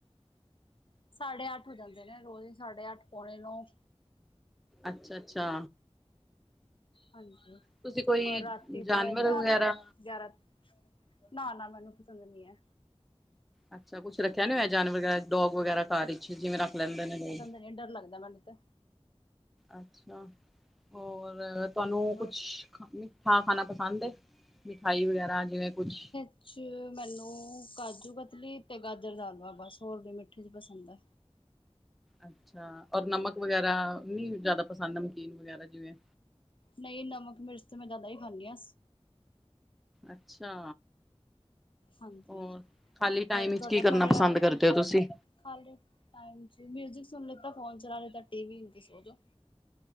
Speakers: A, on the left; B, in the centre.
A: ਸਾਢੇ ਅੱਠ ਹੋ ਜਾਂਦੇ ਨੇ ਰੋਜ਼ ਸਾਢੇ ਅੱਠ ਪੌਣੇ ਨੌਂ।
B: ਅੱਛਾ ਅੱਛਾ!
A: ਹਾਂਜੀ
B: ਤੁਸੀਂ ਕੋਈ
A: ਹੋਰ ਰਾਤੀ
B: ਜਾਨਵਰ
A: ਤੇ ਗਿਆਰਾਂ।
B: ਵਗੈਰਾ
A: ਗਿਆਰਾਂ ਨਾਨਾ ਮੈਨੂੰ ਪਸੰਦ ਨੀ ਐ।
B: ਅੱਛਾ ਕੁੱਛ ਰੱਖਿਆ ਨੀ ਹੋਇਆ ਜਾਨਵ ਵਗੈਰਾ ਡੌਗ ਵਗੈਰਾ ਘਰ ਵਿੱਚ ਜਿਵੇਂ ਰੱਖ ਲੈਂਦੇ ਨੇ
A: ਨਈ ਡਰ ਲੱਗਦਾ ਮੈਨੂੰ ਤਾਂ।
B: ਅੱਛਾ, ਹੋਰ ਤੁਹਾਨੂੰ
A: ਹਾਂਜੀ ਹੋਰ
B: ਕੁਛ ਮਿੱਠਾ ਖਾਣਾ ਪਸੰਦ ਏ? ਮਿਠਾਈ ਵਗੈਰਾ ਜਿਵੇਂ ਕੁਛ?
A: ਜੀ ਮੈਨੂੰ ਕਾਜੂ ਕਤਲੀ ਤੇ ਗਾਜਰ ਦਾਲਵਾ ਬਸ ਹੋਰ ਨੀ ਮਿੱਠੇ 'ਚ ਪਸੰਦ ਐ।
B: ਅੱਛਾ ਔਰ ਨਮਕ ਵਗ਼ੈਰਾ ਨੀ ਜ਼ਿਆਦਾ ਪਸੰਦ ਨਮਕੀਨ ਵਗੈ਼ਰਾ ਜਿਵੇਂ?
A: ਨਹੀਂ ਨਮਕ ਮਿਰਚ ਤੇ ਮੈਂ ਜ਼ਿਆਦਾ ਹੀ ਖਾਂਨੀ ਆਂ।
B: ਅੱਛਾ!
A: ਹਾਂਜੀ
B: ਹੋਰ ਖਾਲੀ ਟਾਈਮ
A: ਹੋਰ
B: 'ਚ
A: ਤੁਹਾਡਾ
B: ਕੀ ਕਰਨਾ
A: ਭਰਿਆ
B: ਪਸੰਦ ਕਰਦੇ ਓ ਤੁਸੀਂ?
A: ਖਾਲੀ ਟਾਇਮ 'ਚ ਮਿਊਜਿਕ ਸੁਣ ਲਿੱਤਾ ਫੋਨ ਚਲਾ ਲਿੱਤਾ ਟੀ ਵੀ ਵੇਖ ਕੇ ਸੋਜੋ।